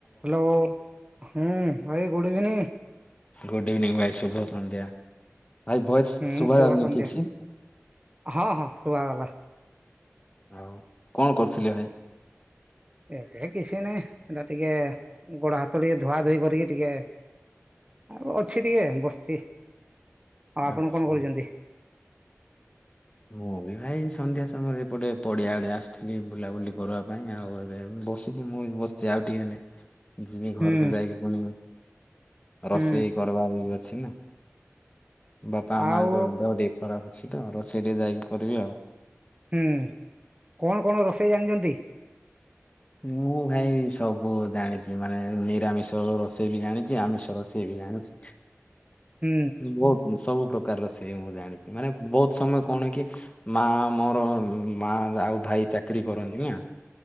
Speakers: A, on the right; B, on the left.
A: Hello ହୁଁ ଭାଇ good evening.
B: Good evening ଭାଇ, ଶୁଭ ସନ୍ଧ୍ୟା। ଭାଇ ଭଏସ
A: ହୁଁ
B: ଶୁଭାଯାଉନି
A: ଶୁଭ ସନ୍ଧ୍ୟା
B: ଠିକି ସେ।
A: ହଁ ହଁ ଶୁଭାଗଲା।
B: ଆଉ କଣ କରୁଥିଲେ ଭାଇ?
A: ଏବେ କିଛି ନାହିଁ ସେଟା ଟିକେ ଗୋଡ ହାତ ଟିକେ ଧୁଆ ଧୋଇ କରିକି ଟିକେ ଆଉ ଅଛି ଟିକେ ବସିଛି। ଆଉ ଆପଣ
B: ଆଚ୍ଛା।
A: କଣ କରୁଛନ୍ତି?
B: ମୁଁ ବି ଭାଇ ସନ୍ଧ୍ୟା ସମୟରେ ପଟେ ପଡିଆ ଆଡେ ଆସିଥିଲି ବୁଲାବୁଲି କରିବା ପାଇଁ ଆଉ ଏବେ ବସିି ମୁଁ ବସିଛି ଆଉ ଟିକେ ହେଲେ ଯବି
A: ହୁଁ
B: ଘରକୁ ଯାଇକି ପୁଣି
A: ହୁଁ
B: ରୋଷେଇ କରବା ବି ଅଛିନା ବାପା
A: ଆଉ
B: ମାଙ୍କ ଦେହ ଟିକେ ଖରାପ ଅଛି ତ ରୋ ଏଠି ଯାଇକି କରିବି ଆଉ।
A: ହୁଁ, କଣ କଣ ରୋଷେଇ ଜାଣିଚନ୍ତି?
B: ମୁଁ ଭାଇ ସବୁ ଜାଣିଚି ମାନେ ନିରାମିଷ ରୋଷେଇ ବି ଜାଣିଚି ଆମିଷ ରୋଷେଇ ବି ଜାଣୁଚି।
A: ହୁଁ।
B: ବହୁତୁ ସବୁ ପ୍ରକାରର ସେ ମୁଁ ଜାଣିଚି। ମାନେ ବହୁତୁ ସମୟ କଣ କି ମା ମୋର ମା ଆଉ ଭାଇ ଚାକିରୀ କରନ୍ତି ନା।